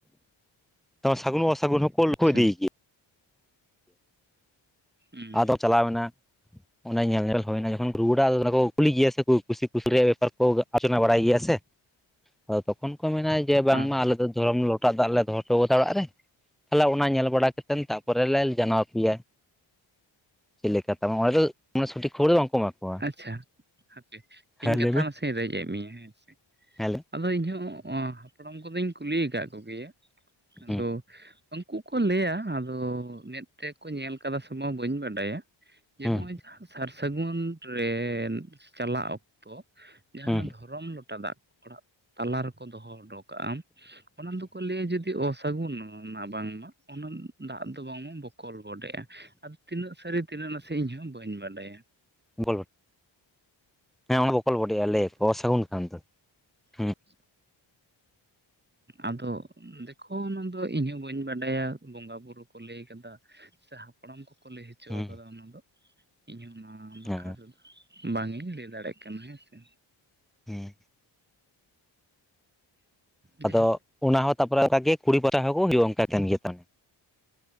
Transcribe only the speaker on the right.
ᱟᱪᱪᱷᱟ
ᱦᱩᱸ
ᱦᱚᱸ
ᱟᱪᱪᱷᱟ ᱦᱟᱯᱮ
ᱤᱧ ᱠᱟᱛᱷᱟ
ᱱᱟᱥᱮᱧ ᱨᱮᱡᱮᱫᱽ ᱢᱮᱭᱟ ᱦᱮᱸ ᱥᱮ
ᱟᱫᱚ ᱤᱧ ᱦᱚᱸ ᱦᱟᱯᱲᱟᱢ ᱠᱚᱫᱚᱧ ᱠᱩᱞᱤ ᱟᱠᱟᱜ ᱠᱚᱜᱮᱭᱟ ᱟᱫᱚ
<unintelligible> ᱠᱚ ᱞᱟᱹᱭᱟ ᱟᱫᱚ ᱢᱮᱫ ᱛᱮᱠᱚ ᱧᱮᱞ ᱠᱟᱫᱟ ᱥᱮ ᱵᱟᱝ ᱵᱟᱹᱧ ᱵᱟᱰᱟᱭᱟ ᱡᱮ
ᱱᱚᱜᱼᱚᱭ ᱡᱟᱦᱟᱸ ᱥᱟᱨ ᱥᱟᱹᱜᱩᱱ ᱨᱮᱻ ᱪᱟᱞᱟᱜ ᱚᱠᱛᱚ ᱡᱟᱦᱟ
ᱚᱱᱟ ᱫᱷᱚᱨᱚᱢ ᱞᱚᱴᱟ ᱫᱟᱜ ᱚᱲᱟᱜ ᱛᱟᱞᱟ ᱨᱮᱠᱚ ᱫᱚᱦᱚ ᱦᱚᱴᱚ ᱠᱟᱜᱼᱟ ᱚᱱᱟ ᱫᱚᱠᱚ ᱞᱟᱹᱭᱟ ᱡᱩᱫᱤ ᱚᱥᱟᱹᱜᱩᱱ ᱨᱮᱱᱟᱜ ᱵᱟᱝᱢᱟ ᱚᱱᱟ ᱫᱟᱜ ᱫᱚ ᱵᱟᱝᱢᱟ ᱵᱚᱠᱚᱞ ᱵᱚᱰᱮᱜᱼᱟ ᱛᱤᱱᱟᱹᱜ ᱥᱟᱹᱨᱤ ᱛᱤᱱᱟᱹᱜ ᱱᱟᱥᱮ ᱤᱧ ᱦᱚᱸ ᱵᱟᱹᱧ ᱵᱟᱰᱟᱭᱟ
ᱦ
<inaudible> ᱟᱫᱚ ᱫᱮᱠᱷᱳ ᱚᱱᱟ ᱫᱚ ᱤᱧ ᱦᱚᱸ ᱵᱟᱹᱧ ᱵᱟᱰᱟᱭᱟ ᱵᱚᱸᱜᱟ ᱵᱩᱨᱩ ᱠᱚ ᱞᱟᱹᱭ ᱠᱟᱫᱟ ᱥᱮ ᱦᱟᱯᱲᱟᱢ ᱠᱚᱠᱚ ᱞᱟᱹᱭ ᱦᱚᱪᱚ
ᱠᱟᱫᱟ ᱚᱱᱟ ᱫᱚ ᱤᱧᱦᱚ ᱱᱚᱣᱟ ᱵᱟᱠᱷᱨᱟ
ᱛᱮᱫᱚ ᱵᱟᱝ ᱤᱧ ᱞᱟᱹᱭ ᱫᱟᱲᱭᱟᱜ ᱠᱟᱱᱟ ᱦᱮᱸ ᱥᱮ
ᱡᱟᱭᱦᱳᱠ